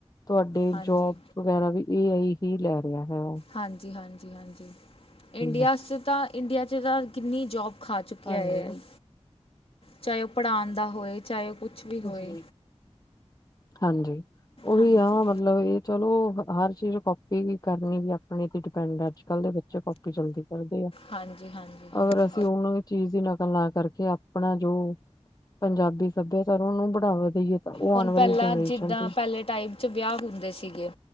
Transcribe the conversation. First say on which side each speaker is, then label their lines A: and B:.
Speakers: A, on the left; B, on the left.
A: ਤੁਹਾਡੇ
B: ਹਾਂਜੀ
A: ਜੋਬ ਵਗੈਰਾ ਵੀ ਏ ਆਈ ਕੀ ਕਹਿ ਰਿਹਾ ਹੈਗਾ
B: ਹਾਂਜੀ ਹਾਂਜੀ ਹਾਂਜੀ ਇੰਡੀਆ
A: ਹੈ।
B: 'ਚ ਤਾਂ ਇੰਡੀਆ 'ਚ ਤਾਂ ਕਿੰਨੀ ਜੋਬ ਖਾ ਚੁੱਕਿਆ
A: ਹਾਂਜੀ
B: ਹੈ ਏਆਈ ਚਾਹੇ ਉਹ ਪੜ੍ਹਾਉਣ ਦਾ ਹੋਏ ਚਾਹੇ ਉਹ ਕੁਛ ਵੀ ਹੋਏ
A: ਜੀ ਹਾਂਜੀ ਉਹੀ
B: ਹਾਂਜੀ
A: ਆ ਮਤਲਬ ਮਤਲਬ ਇਹ ਚਲੋ ਹਰ ਚੀਜ਼ ਨੂੰ ਕਾਪੀ ਹੀ ਕਰਨੀ ਆ ਆਪਣੇ ਤੇ ਡਿਪੈਂਡ ਆ ਅੱਜ ਕੱਲ ਦੇ ਬੱਚੇ ਕਾਪੀ ਜਲਦੀ ਕਰਦੇ ਆ
B: ਹਾਂਜੀ ਹਾਂਜੀ ਹਾਂਜੀ
A: ਅਗਰ ਅਸੀਂ ਉਹਨਾਂ ਦੀ ਚੀਜ਼ ਦੀ ਨਕਲ ਨਾ ਕਰਕੇ ਆਪਣਾ ਜੋ ਪੰਜਾਬੀ ਸੱਭਿਅਚਾਰ ਨੂੰ ਬੜਾਵਾ ਦਈਏ ਤਾਂ ਉਹ
B: ਹੁਣ
A: ਆਉਣ ਵਾਲੀ
B: ਪਹਿਲਾਂ
A: ਜਨਰੇਸ਼ਨ
B: ਜਿੱਦਾਂ
A: ਤੇ
B: ਪਹਿਲੇ ਟਾਈਮ ਚ ਵਿਆਹ ਹੁੰਦੇ ਸੀਗੇ